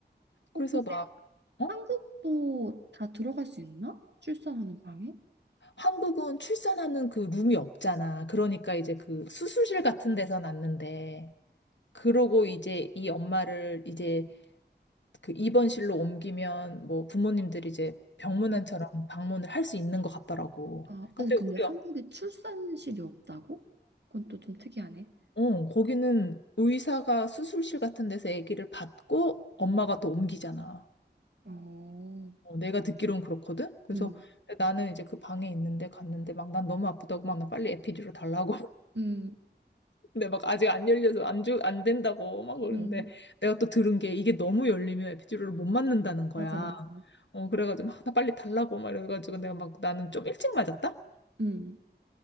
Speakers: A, on the right; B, on the left.
A: 근데
B: 그래서 막 어?
A: 한국도 다 들어갈 수 있나? 출산하는 방에?
B: 한국은 출산하는 그 룸이 없잖아. 그러니까 이제 그 수술실 같은 데서 났는데. 그러고 이제 이 엄마를 이제 그 입원실로 옮기면 뭐 부모님들이 이제 병문안처럼
A: 음.
B: 방문을 할 수 있는 것 같더라고.
A: 아,
B: 근데
A: 아니, 근데
B: 우리
A: 한국에
B: 어,
A: 출산실이 없다고? 그건 또 좀 특이하네.
B: 어, 거기는 의사가 수술실 같은 데서 아기를 받고 엄마가 또 옮기잖아.
A: 어,
B: 어, 내가 듣기론 그렇거든. 그래서
A: 음,
B: 나는 이제 그 방에 있는데 갔는데 막 난 너무 아프다고 막 나 빨리 에피듀로 달라고
A: 음,
B: 근데 막 아직 안 열려서 안 주, 안 된다고 막 그러는데
A: 음,
B: 내가 또 들은 게 이게 너무 열리면 에피듀로를못 맞는다는 거야.
A: 맞아, 맞아.
B: 어, 그래가지고 막, 나 빨리 달라고 막 이래가지고 내가 막 나는 좀 일찍 맞았다?
A: 음,